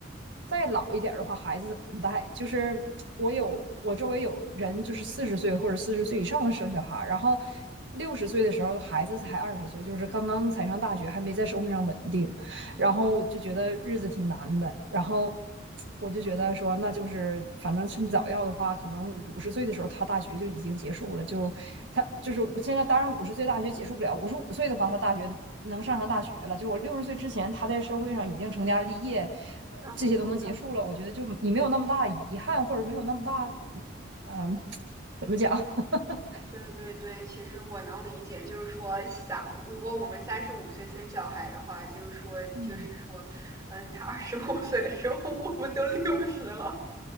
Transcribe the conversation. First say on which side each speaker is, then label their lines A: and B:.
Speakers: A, on the right; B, on the right.
A: 再老一点的话，孩子怎么带？就是我有我周围有人，就是四十岁或者四十岁以上生小孩，然后六十岁的时候孩子才二十岁，就是刚刚才上大学，还没在社会上稳定。
B: 嗯，
A: 然后就觉得日子挺难的，然后我就觉得说，那就是反正趁早要的话，可能五十岁的时候他大学就已经结束了，就他就是我现在当然五十岁大学结束不了，五十五岁的话他大学能上上大学了，就我六十岁之前他在社会上已经成家立业，呃，
B: 差不多。
A: 这些都能结束了，我觉得就你没有那么大遗憾，或者没有那么大，嗯、呃，怎么讲 <laughs>？
B: 对对对，其实我能理解，就是说想，如果我们三十五岁生小孩的话，就是说，
A: 嗯
B: 就是说，嗯，他二十五岁的时候，我们都六十了，